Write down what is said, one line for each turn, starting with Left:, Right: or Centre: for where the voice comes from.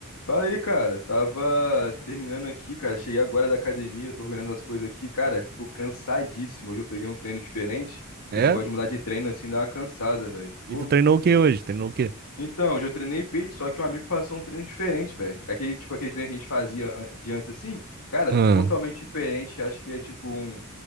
Left: Fala aí, cara. Tava terminando aqui, cara. Cheguei agora da academia, tô organizando as coisas aqui. Cara, tô cansadíssimo. Hoje eu peguei um treino diferente.
Right: É?
Left: Esse negócio de mudar de treino assim dá uma cansada, velho. Pô,
Right: E tu treinou o que
Left: eu.
Right: hoje? Treinou o quê?
Left: Então, hoje eu treinei peito, só que um amigo passou um treino diferente, velho. Aquele, tipo, aquele treino que a gente fazia an- de antes assim, cara,
Right: Hum,
Left: totalmente diferente. Acho que é tipo um.